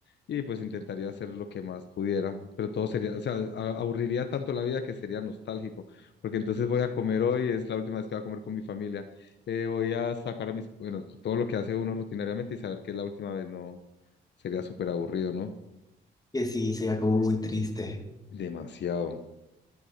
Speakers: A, on the left; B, on the left.
A: y pues intentaría hacer lo que más pudiera, pero todo sería, o sea, a- aburriría tanto la vida que sería nostálgico, porque entonces voy a comer hoy, es la última vez que voy a comer con mi familia, eh, voy a sacar a mis, bueno, todo lo que hace uno rutinariamente y saber que es la última vez, no, sería súper aburrido, ¿no?
B: Que sí, sería como muy triste.
A: Demasiado.